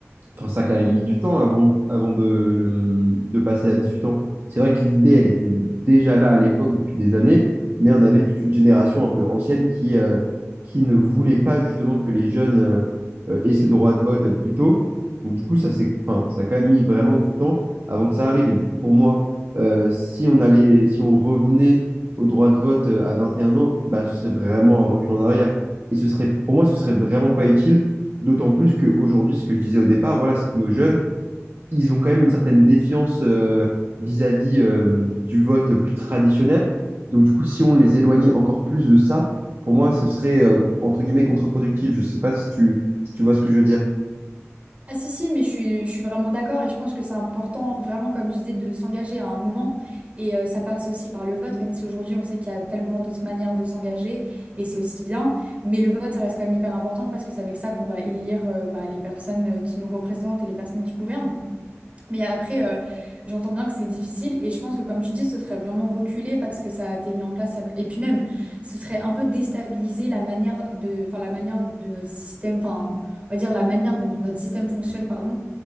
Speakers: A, on the right; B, on the right.
A: Enfin, ça a quand même mis du temps avant, avant de, de passer à 18 ans. C'est vrai que l'idée, elle était déjà là à l'époque depuis des années, mais on avait toute une génération un peu ancienne qui, euh, qui ne voulait pas justement que les jeunes euh, euh, aient ce droit de vote plus tôt. Donc du coup, ça, c'est, enfin, ça a quand même mis vraiment du temps avant que ça arrive. Et du coup, pour moi, euh, si on allait, si on revenait au droit de vote euh, à 21 ans, bah, ce serait vraiment un recul en arrière. Et ce serait, pour moi, ce serait vraiment pas utile D'autant plus qu'aujourd'hui, ce que je disais au départ, voilà, c'est que nos jeunes, ils ont quand même une certaine défiance euh, vis-à-vis euh, du vote plus traditionnel. Donc du coup, si on les éloignait encore plus de ça, pour moi, ce serait euh, entre guillemets contre-productif. Je ne sais pas si tu, si tu vois ce que je veux dire.
B: Ah si si mais je suis, je suis vraiment d'accord et je pense que c'est important vraiment comme je disais de s'engager à un moment et euh, ça passe aussi par le vote même si aujourd'hui on sait qu'il y a tellement d'autres manières de s'engager et c'est aussi bien mais le vote ça reste quand même hyper important parce que c'est avec ça qu'on va élire euh, bah, les personnes euh, qui nous représentent et les personnes qui gouvernent mais après, euh, j'entends bien que c'est difficile et je pense que comme tu dis, ce serait vraiment reculé parce que ça a été mis en place. il y a- Et puis même, ce serait un peu déstabiliser la manière de, enfin la manière de notre système, enfin on va dire la manière dont notre système fonctionne, pardon,